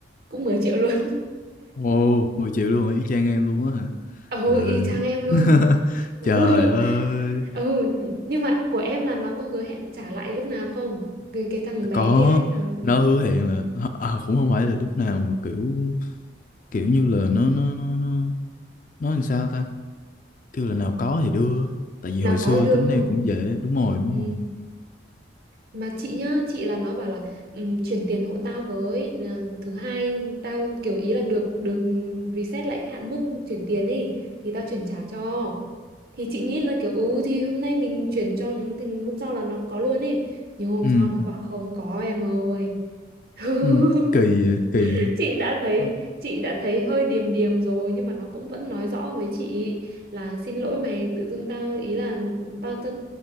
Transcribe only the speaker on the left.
ồ, mười triệu luôn hả? Y chang em luôn á hả?
Là
<laughs>
trời ơi,
có
nó hứa hẹn là à, à, cũng không phải là lúc nào mà kiểu kiểu như là nó nó nó nó nó làm sao ta? kêu là nào có thì đưa tại vì
hồi xưa
tính
em
cũng dễ đúng rồi đúng
rồi
ừ
ừ kỳ vậy, kỳ vậy.
Ờ,